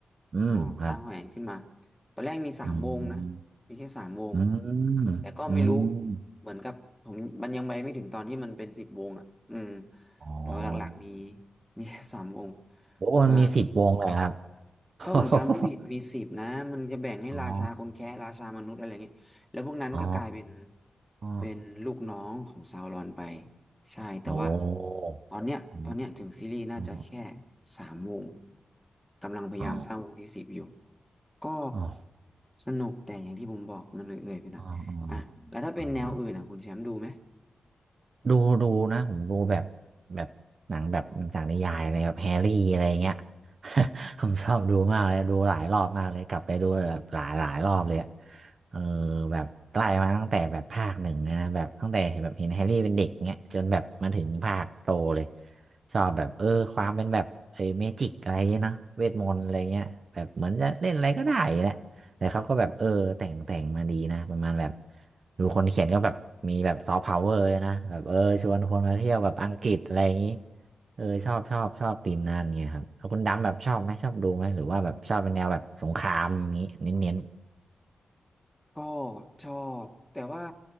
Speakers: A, on the right (about 55°); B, in the centre.
A: อืมครับ
B: อ่าสร้างแหวนขึ้นมาตอนแรกมีสามวงนะ
A: อืม
B: มีแค่สามวง
A: อืมอืม
B: แต่ก็ไม่รู้เหมือนกับผมมันยังไปไม่ถึงตอนที่มันเป็นสิบวงอ่ะอืม
A: อ๋อ
B: แต่ว่าหลักๆมีมีแค่สามวง
A: โอ้มันมีสิบวงเลยครับ
B: อ่า
A: <laughs>
B: ถ้าผมจำไม่ผิดมีสิบนะมันจะแบ่งให้ราชาคนแคะราชามนุษย์อะไรเงี้ยแล้วพวกนั้นก็กลายเป็น
A: อ๋ออ๋ออ๋อ
B: เป็นลูกน้องของซาวรอนไปใช่แต่ว่า
A: โอ้
B: ตอนเนี้ยตอนเนี้ยถึงซีรีส์น่าจะแค่
A: อืมอ๋อ
B: สามวงกำลังพยายามสร้างวงที่สิบอยู่
A: อ
B: ก็
A: ๋อ
B: สนุกแต่อย่างที่ผมบอกมันเอื่อยๆไปหน่อยอ่ะแล้วถ้าเป็นแนวอื่นอ่ะคุณแชมป์ดูไหม
A: อ๋ออ๋ออ๋ออ๋อ ดูดูนะผมดูแบบแบบหนังแบบหนังจากนิยายอะไรแบบแฮร์รี่อะไรเงี้ย <laughs> ผมชอบดูมากเลยดูหลายรอบมากเลยกลับไปดูแบบหลายหลายรอบเลยอะเออแบบไล่มาตั้งแต่แบบภาคหนึ่งเลยนะแบบตั้งแต่เห็นแบบเห็นแฮร์รี่เป็นเด็กเงี้ยจนแบบมาถึงภาคโตเลยชอบแบบเออความเป็นแบบเอ้เมจิกอะไรเงี้ยนะเวทมนต์อะไรเงี้ยแบบเหมือนจะเล่นอะไรก็ได้แหละ แต่เขาก็แบบเออแต่งแต่งมาดีนะประมาณแบบดูคนเขียนก็แบบมีแบบซอฟต์พาวเวอร์นะแบบเออชวนคนมาเที่ยวแบบอังกฤษอะไรอย่างนี้เออชอบชอบชอบธีมนั้นเงี้ยครับแล้วคุณดำแบบชอบไหมชอบดูไหมหรือว่าแบบชอบเป็นแนวแบบสงครามอย่างนี้เน้น
B: ก็ชอบแต่ว่า